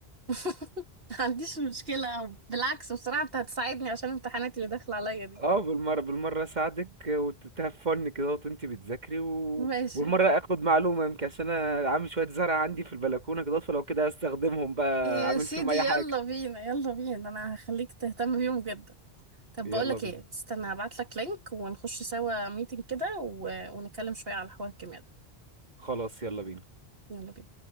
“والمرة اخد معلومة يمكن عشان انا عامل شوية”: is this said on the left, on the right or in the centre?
Right